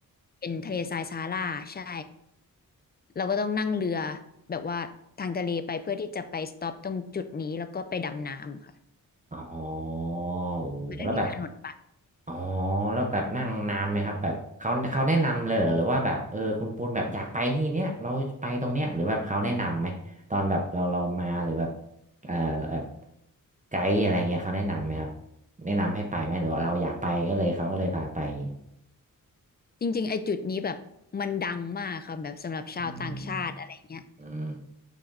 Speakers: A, on the left (about 30°); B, on the right (about 20°).
A: เป็นทะเลทรายซาฮาราใช่เราก็ต้องนั่งเรือแบบว่าทางทะเลไปเพื่อที่จะไปสต็อปตรงจุดนี้แล้วก็ไปดำน้ำค่ะ
B: อ๋อโอ้แล้วแบบ
A: มันไม่มีถนนไป
B: อ๋อแล้วแบบนั่งนานไหมครับแบบเขาเขาแนะนำเลยเหรอหรือว่าแบบเออคุณปูนแบบอยากไปที่เนี้ยเราไปตรงเนี้ยหรือแบบเขาแนะนำไหมตอนแบบเราเรามาหรือแบบเออแบบไกด์อะไรเงี้ยเขาแนะนำไหมครับแนะนำให้ไปไหมหรือว่าเราอยากไปก็เลยเขาก็เลยพาไปอย่างงี้
A: จริงๆไอ้จุดนี้แบบมันดังมากค่ะแบบสำหรับชาวต่างชาติอะไรเงี้ย
B: อืมอืม